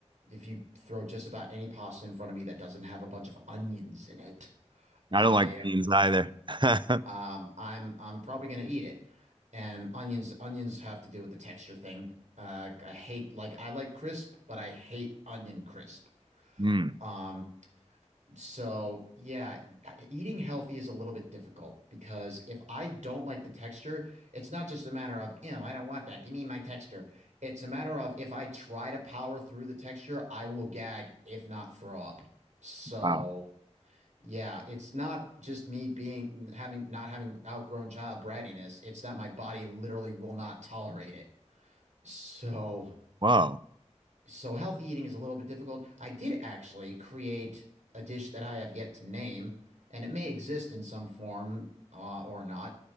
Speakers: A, on the right; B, on the right.
A: if you throw just about any pasta in front of me that doesn't have a bunch of onions in it, I
B: I don't like beans either. <laughs>
A: um I'm I'm probably gonna eat it. And onions onions have to do with the texture thing. Uh, I hate like I like crisp, but I hate onion crisp.
B: Mm.
A: Um, So, yeah, eating healthy is a little bit difficult because if I don't like the texture, it's not just a matter of, ew, I don't want that. Give me my texture. It's a matter of if I try to power through the texture, I will gag, if not throw up. So,
B: Wow.
A: yeah, it's not just me being having not having outgrown child brattiness. It's that my body literally will not tolerate it. So,
B: Whoa.
A: so healthy eating is a little bit difficult. I did actually create a dish that I have yet to name, and it may exist in some form uh, or not.